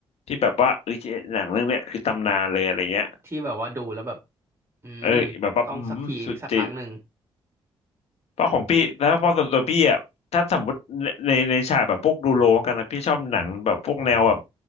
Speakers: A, on the left; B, on the right.
A: ที่แบบว่าเออหนังเรื่องเนี้ยคือตำนานเลยอะไรเงี้ย
B: ที่แบบว่าดูแล้วแบบอืม
A: เออแบบว่าอืมสุดจิต
B: ต้องสักทีสักครั้งหนึ่ง
A: เพราะของพี่แล้วเพราะส่วนตัวพี่อ่ะถ้าสมมติในในในฉากแบบพวกดูโรงกันนะพี่ชอบหนังแบบพวกแนวแบบ